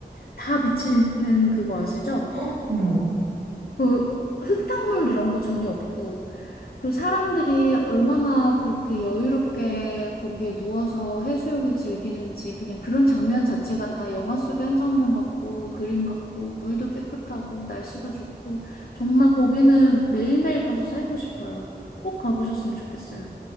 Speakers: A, on the left (about 60°); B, on the right (about 75°).
A: 다 비치는 그거 아시죠?
B: <gasps> 헉, 어머,
A: 그 흙탕물 이런 거 전혀 없고, 그리고 사람들이 얼마나 그렇게 여유롭게 거기에 누워서 해수욕을 즐기는지 그냥 그런 장면 자체가 다 영화 속의 한 장면 같고, 그림 같고, 물도 깨끗하고, 날씨도 좋고, 정말 거기는 매일매일 가서 살고 싶어요. 꼭 가보셨으면 좋겠어요.